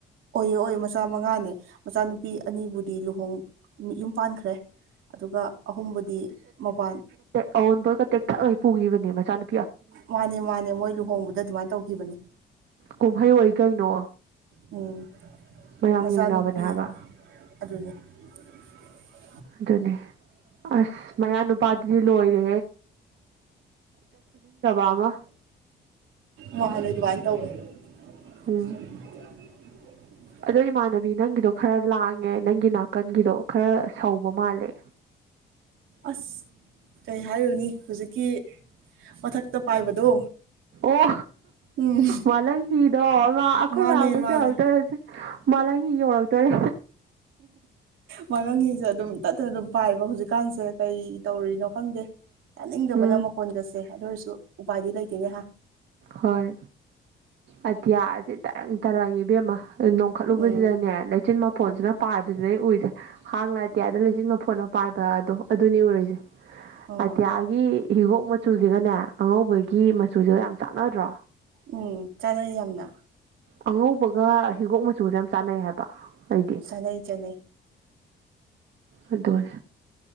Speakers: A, on the right; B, on the right.
A: ꯑꯣꯏꯌꯦ ꯑꯣꯏ ꯃꯆꯥ ꯃꯉꯥꯅꯦ ꯃꯆꯥꯅꯨꯄꯤ ꯑꯅꯤꯕꯨꯗꯤ ꯂꯨꯍꯣꯡ ꯌꯨꯝ ꯄꯥꯟꯈ꯭ꯔꯦ ꯑꯗꯨꯒ ꯑꯍꯨꯝꯕꯨꯗꯤ ꯃꯄꯥꯟ
B: ꯑꯋꯨꯟ ꯄꯣꯠꯀꯇꯦꯛ ꯊꯈꯩ ꯄꯨꯒꯤꯕꯅꯤ ꯃꯆꯥꯅꯨ
A: ꯃꯥꯅꯦ ꯃꯥꯅꯦ ꯃꯣꯏ ꯂꯨꯍꯣꯡꯕꯗ ꯑꯗꯨꯃꯥꯏꯅ ꯇꯧꯈꯤꯕꯅꯦ
B: ꯀꯨꯝꯍꯩ ꯑꯣꯏ ꯀꯩꯅꯣ
A: ꯎꯝ
B: ꯃꯌꯥꯝ
A: ꯃꯆꯥꯅꯨꯄꯤ
B: ꯌꯦꯡꯅꯕꯅꯦ ꯍꯥꯏꯕ
A: ꯑꯗꯨꯅꯤ <inaudible>
B: ꯑꯗꯨꯅꯦ ꯑꯁ ꯃꯌꯥ ꯅꯨꯄꯥꯗꯨꯗꯤ ꯂꯣꯏꯔꯦ ꯑꯃ
A: ꯑ ꯃꯥꯜꯂꯦ ꯑꯗꯨꯃꯥꯏꯅ ꯇꯧꯋꯦ ꯁ
B: ꯎꯝ ꯑꯗꯣ ꯏꯃꯥꯟꯅꯕꯤ ꯅꯪꯒꯤꯗꯣ ꯈꯔ ꯂꯥꯡꯉꯦ ꯅꯪꯒꯤ ꯅꯥꯀꯟꯒꯤꯗꯣ ꯈꯔ ꯁꯧꯕ ꯃꯥꯜꯂꯦ
A: ꯑꯁ ꯀꯩ ꯍꯥꯏꯔꯨꯅꯤ ꯍꯧꯖꯤꯛꯀꯤ ꯃꯊꯛꯇ ꯄꯥꯏꯕꯗꯣ
B: ꯑꯣ
A: ꯎꯝ
B: ꯃꯥꯂꯪ ꯍꯤꯗꯣ ꯃꯥ ꯑꯩꯈꯣꯏ
A: ꯃꯥꯅꯦ
B: ꯃꯅꯥꯛꯇꯁꯨ
A: ꯃꯥꯅꯦ
B: ꯌꯧꯔꯛꯇꯣꯏꯔꯁꯦ ꯃꯥꯂꯪ ꯍꯤ ꯌꯧꯔꯛꯇꯣꯏꯔꯦ
A: ꯃꯉꯪꯒꯤꯁꯦ ꯑꯗꯨꯝ ꯇꯠꯇꯅ ꯑꯗꯨꯝ ꯄꯥꯏꯕ ꯍꯧꯖꯤꯛꯀꯥꯟꯁꯦ ꯀꯩ ꯇꯧꯔꯨꯔꯤꯅꯣ ꯈꯪꯗꯦ ꯌꯥꯅꯤꯡꯗꯕꯅ
B: ꯎꯝ
A: ꯃꯈꯣꯟꯒꯁꯦ ꯑꯗꯨ ꯑꯣꯏꯔꯁꯨ ꯎꯄꯥꯏꯗꯤ ꯂꯩꯇꯦꯅꯦꯍ
B: ꯍꯣꯏ ꯑꯇꯤꯌꯥ ꯑꯁꯤꯦ ꯇꯔꯪ ꯇꯥꯔꯪꯉꯤꯕꯦꯝꯃ ꯅꯣꯡꯈꯠꯂꯨꯕꯁꯤꯗꯅꯦ
A: ꯎꯝ
B: ꯂꯩꯆꯤꯟ ꯃꯄꯣꯟꯁꯤꯅ
A: ꯎꯝ
B: ꯄꯥꯏꯕꯁꯤꯗꯩ ꯎꯏꯁꯦ ꯍꯥꯡꯅ ꯑꯇꯤꯌꯥꯗꯅ ꯂꯩꯆꯟꯕ ꯐꯣꯠ ꯑꯃ ꯄꯥꯏꯕꯗꯣ ꯑꯗꯨꯅꯤ ꯎꯔꯤꯁꯦ
A: ꯑꯣ
B: ꯑꯇꯤꯌꯥ ꯒꯤ ꯍꯤꯒꯣꯛ ꯃꯆꯨꯁꯤꯒꯅꯦ ꯑꯉꯧꯕꯒꯤ ꯃꯆꯨꯁꯤꯒ ꯌꯥꯝ ꯆꯥꯟꯅꯗ꯭ꯔꯣ
A: ꯎꯝ ꯆꯥꯅꯩ ꯌꯥꯝꯅ
B: ꯑꯉꯧꯕꯒ ꯍꯤꯒꯣꯛ ꯃꯆꯨꯒ ꯌꯥꯝ ꯆꯥꯟꯅꯩ ꯍꯥꯏꯕ ꯑꯩꯗꯤ
A: ꯆꯅꯦꯩ ꯆꯅꯦꯩ
B: ꯑꯗꯨꯅꯦ